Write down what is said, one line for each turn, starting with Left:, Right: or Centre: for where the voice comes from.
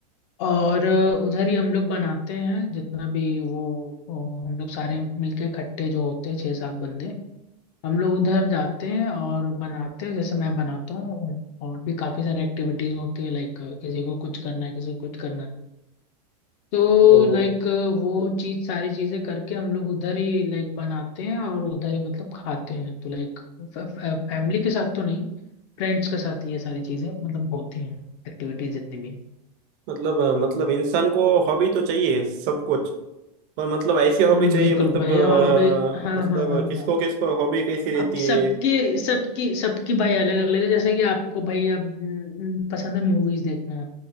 Left: और अ, उधर ही हम लोग बनाते हैं जितना भी वो वो हम लोग सारे मिलके इकट्ठे जो होते हैं छः सात बंदे हम लोग उधर जाते हैं और बनाते हैं जैसे मैं बनाता हूँ और भी काफ़ी सारी एक्टिविटीज़ होती है लाइक किसी को कुछ करना है किसी को कुछ करना है तो
Right: तो
Left: लाइक वो चीज़ सारी चीज़ें करके हम लोग उधर ही लाइक बनाते हैं और उधर ही मतलब खाते हैं तो लाइक फैमिली के साथ तो नहीं फ्रेंड्स के साथ ये सारी चीज़ें मतलब होती हैं एक्टिविटीज़ जितनी भी हैं।
Right: मतलब अ, मतलब इंसान को हॉबी तो चाहिए सब कुछ पर मतलब ऐसी हॉबी
Left: हम्म,
Right: चाहिए
Left: बिल्कुल
Right: मतलब
Left: भाई
Right: अ,
Left: हॉबी हाँ
Right: मतलब
Left: हाँ हाँ
Right: किसको
Left: हाँ
Right: किसको हॉबी कैसी रहती
Left: अब सबके
Right: है
Left: सबकी सबकी भाई अलग अलग है जैसे कि आपको भाई अब हम्म, पसंद है मूवीज देखना